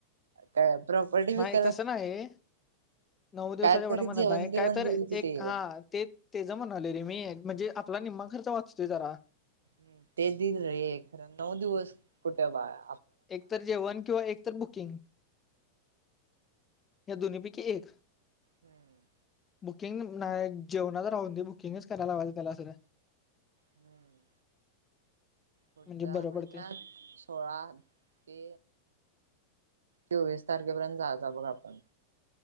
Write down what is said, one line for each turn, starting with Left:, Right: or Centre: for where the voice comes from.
Right: काय प्रॉपर्टी विकायला
Left: नाही तसं नाही नऊ दिवसात
Right: काय
Left: एवढं
Right: तरी
Left: म्हणत
Right: जेवण
Left: नाही
Right: बिवण
Left: काय तर
Right: देईल कि
Left: एक
Right: ते
Left: हा ते तेच जमून आलं रे मी म्हणजे आपला निम्मा खर्च वाच तो जरा.
Right: ह ते दिल र खरं नऊ दिवस कुठे बाळा
Left: एक तर जेवण किंवा एक तर बु किंग या दोन्ही पैकी एक.
Right: हम्म
Left: बुकिंग नाही जेवणाच राहून दे बुकिंगच करायला लावायचं त्याला सध्या.
Right: हम्म पुढच्या
Left: म्हणजे बरं
Right: महिन्यात
Left: पडते
Right: सोळा ते चोवीस तारखेपर्यंत जायच बघ आपण.